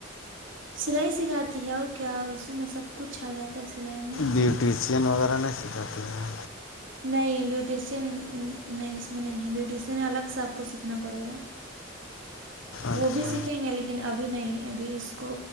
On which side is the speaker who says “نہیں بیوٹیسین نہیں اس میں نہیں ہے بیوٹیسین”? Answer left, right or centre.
Right